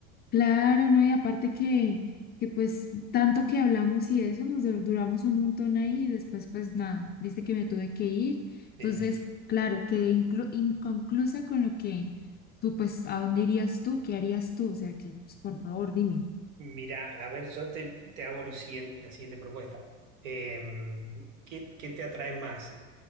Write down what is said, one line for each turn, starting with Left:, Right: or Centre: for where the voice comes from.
Left: Claro, ¿no? Y aparte que, que pues tanto que hablamos y eso, nos dur- duramos un montón ahí y después pues nada, viste que me tuve que ir. Entonces,
Right: Eh,
Left: claro, quedé inclu- inconclusa con lo que tú pues, ¿a dónde irías tú? ¿Qué harías tú? O sea que, pues, por favor, dime.
Right: mira, a ver, yo te, te hago lo siguiente, la siguiente propuesta. Em, ¿qué, qué te atrae más?